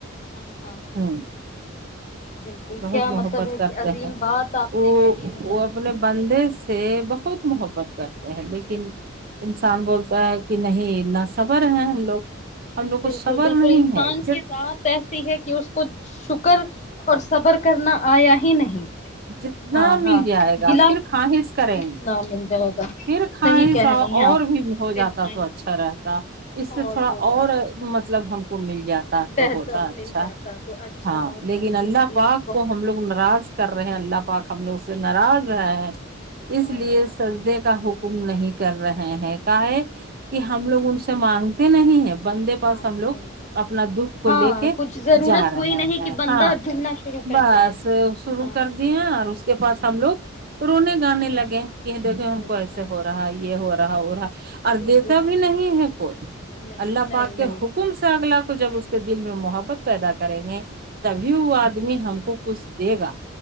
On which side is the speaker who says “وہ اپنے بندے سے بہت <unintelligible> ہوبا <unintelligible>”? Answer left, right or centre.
Right